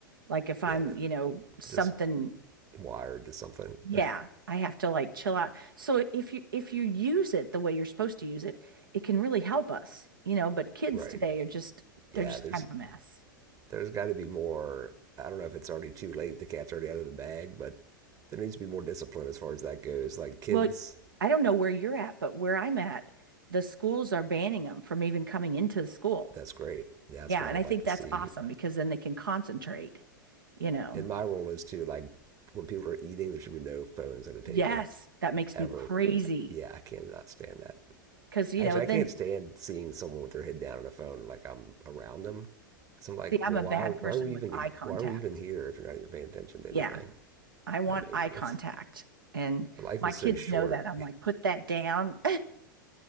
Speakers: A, on the right; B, on the right.
A: Like if I'm,
B: yeah,
A: you know, something,
B: just wired to something. <laughs>
A: yeah,
B: Right.
A: I have to like chill out. So if you if you use it the way you're supposed to use it, it can really help us, you know, but kids
B: Right.
A: today are just
B: Yeah,
A: they're just
B: there's
A: kind of a mess.
B: there's got to be more. I don't know if it's already too late. The cat's already out of the bag, but there needs to be more discipline as far as that goes. Like kids,
A: Well, I don't know where you're at, but where I'm at, the schools are banning them from even coming into the school.
B: that's great. That's
A: Yeah,
B: what
A: and
B: I would
A: I think
B: like to
A: that's
B: see.
A: awesome because then they can concentrate. you know.
B: And my role is to like when people are eating, there should be no phones at a table
A: Yes, that makes
B: ever.
A: me crazy
B: Yeah, I cannot stand that.
A: because, you
B: Actually,
A: know, then
B: I can't stand seeing someone with their head down on a phone. Like I'm around them, because I'm like,
A: see, I'm
B: well,
A: a
B: why?
A: bad
B: Why
A: person
B: are we
A: with
B: even?
A: eye contact.
B: Why are we even here if you're not even paying attention to
A: Yeah,
B: anything?
A: I want
B: I mean,
A: eye contact.
B: what's,
A: And
B: life
A: my
B: is
A: kids
B: so short.
A: know that. I'm like, put that down. <laughs>